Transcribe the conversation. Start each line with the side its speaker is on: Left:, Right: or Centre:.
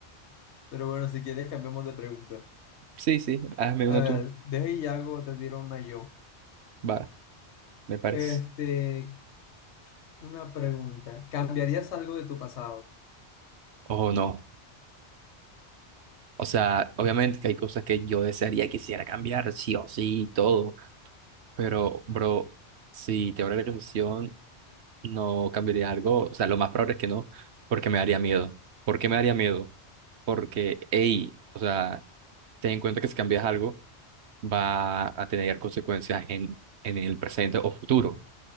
Left: Pero bueno, si quieres, cambiamos de pregunta.
Right: sí, sí, hazme
Left: A
Right: uno
Left: ver,
Right: tú.
Left: deja y hago, te tiro una yo.
Right: Va, me parece.
Left: Este, una pregunta. ¿Cambiarías algo de tu pasado?
Right: O no. O sea, obviamente que hay cosas que yo desearía, quisiera cambiar, sí o sí, y todo. Pero, bro, si te abre la concesión, no cambiaría algo. O sea, lo más probable es que no, porque me daría miedo. ¿Por qué me daría miedo? Porque, hey, o sea, ten en cuenta que si cambias algo, va a tener consecuencias en, en el presente o futuro.